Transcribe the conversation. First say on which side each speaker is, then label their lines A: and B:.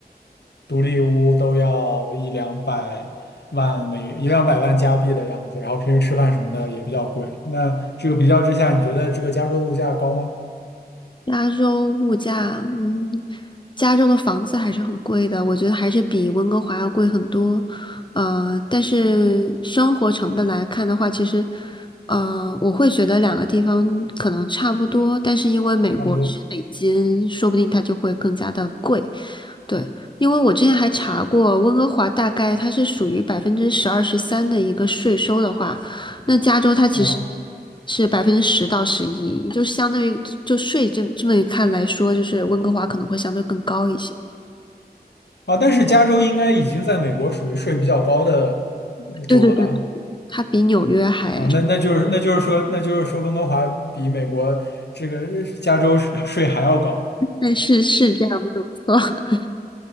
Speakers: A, on the left; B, on the left.
A: 独立屋都要一两百万美一两百万加币的样子，然后平时吃饭什么的也比较贵。那这个比较之下，你觉得这个加州的物价高吗？
B: 加州物价，嗯，加州的房子还是很贵的，我觉得还是比温哥华要贵很多。呃，但是生活成本来看的话，其实，呃，我会觉得两个地方可能差不多，但是因为美国是美金，
A: 差不多
B: 说不定它就会更加的贵。对，因为我之前还查过，温哥华大概它是属于百分之十二十三的一个税收的话，那加州它其实
A: 啊。
B: 是百分之十到十一，就相当于就税这这么一看来说，就是温哥华可能会相对更高一些。
A: 啊，但是加州应该已经在美国属于税比较高的
B: 对对对对，
A: 州了吧？
B: 对它比纽约还，
A: 啊，那那就是那就是说那就是说温哥华比美国这个加州税税还要高
B: 但是是这样没有错。<laughs>